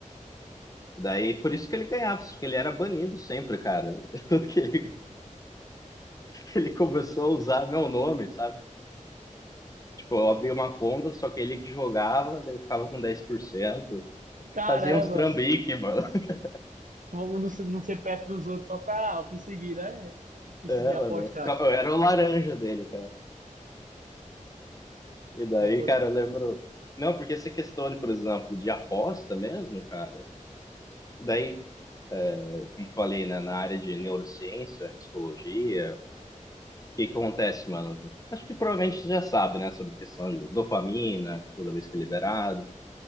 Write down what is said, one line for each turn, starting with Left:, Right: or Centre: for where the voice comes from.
Left: Daí, por isso que ele ganhava, porque ele era banido sempre, cara. <laughs> Tanto que ele, ele começou a usar meu nome, sabe? Tipo, eu abri uma conta, só que ele que jogava, daí eu ficava com dez por cento
Right: Caramba,
Left: Fazia uns trambique, mano. <laughs>
Right: Vamos não ser não ser perto dos outros só pra conseguir, né? Conseguir
Left: É,
Right: apostar.
Left: mano. eu ficava- eu era o laranja dele, cara. E daí,
Right: a co-
Left: cara, eu lembro. Não, porque essa questão, de, por exemplo, de aposta mesmo, cara. Daí, como falei, né, na área de neurociência, psicologia, o que que acontece, mano? Acho que provavelmente você já sabe, né, sobre questão de dopamina, toda vez que é liberado.